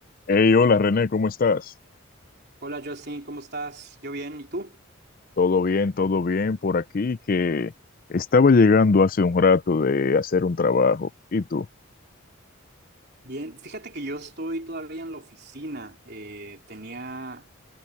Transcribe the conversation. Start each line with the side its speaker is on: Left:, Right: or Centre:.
Left: Hey, hola René, ¿cómo estás?
Right: Hola Justin, ¿cómo estás? Yo bien, ¿y tú?
Left: Todo bien, todo bien por aquí, que estaba llegando hace un rato de hacer un trabajo. ¿Y tú?
Right: Bien, fíjate que yo estoy todavía en la oficina, eh, tenía